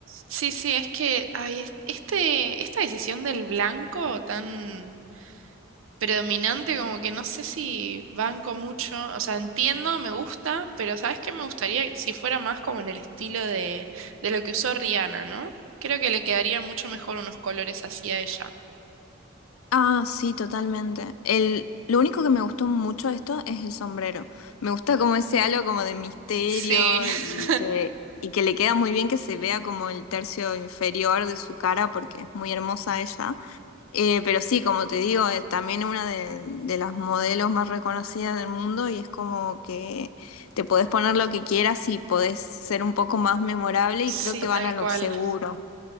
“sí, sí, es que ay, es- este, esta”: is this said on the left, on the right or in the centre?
Right